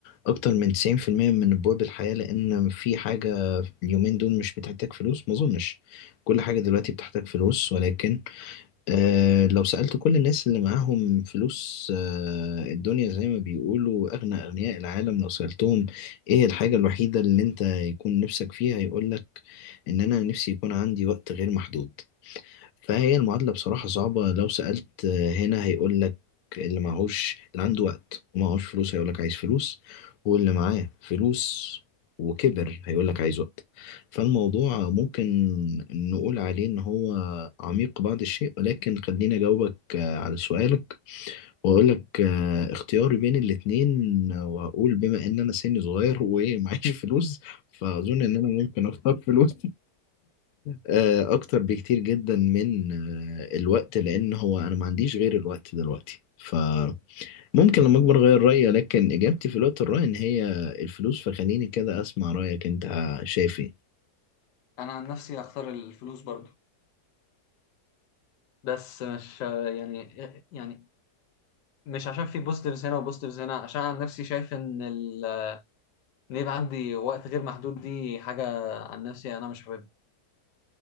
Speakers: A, on the left; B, on the left.
A: اكتر من 90% من ابواب الحياة لان في حاجة اليومين دول مش بتحتاج فلوس ما اظنش كل حاجة دلوقتي بتحتاج فلوس ولكن آه، لو سألت كل الناس اللي معاهم فلوس آه، الدنيا زي ما بيقولوا أغنى أغنياء العالم لو سألتهم إيه الحاجة الوحيدة اللي أنت يكون نفسك فيها يقولك إن أنا نفسي يكون عندي وقت غير محدود فهي المعادلة بصراحة صعبة لو سألت هنا هيقول لك اللي معهوش اللي عنده وقت ومعهوش فلوس هيقول لك عايز فلوس واللي معاه فلوس وكبر هيقول لك عايز وقت فالموضوع ممكن نقول عليه إن هو عميق بعض الشيء ولكن خليني أجاوبك آه، على سؤالك وأقول لك آه، اختياري بين الاتنين آه، وهقول بما إن أنا سني صغير ومعيش فلوس فأظن إن أنا ممكن أختار فلوس آه، اكتر بكتير جدا من آه، الوقت لان هو انا ما عنديش غير الوقت دلوقتي فممكن لما اكبر اغير رايي لكن اجابتي في الوقت الراهن هي الفلوس فخليني كده اسمع رايك انت شايف ايه
B: أنا عن نفسي هختار الفلوس برضو بس مش يعني يعني مش عشان في بوزيتيفز هنا وبوزيتيفز هنا عشان عن نفسي شايف ان ال... ان يبقى عندي وقت غير محدود دي حاجه عن نفسي انا مش حاببها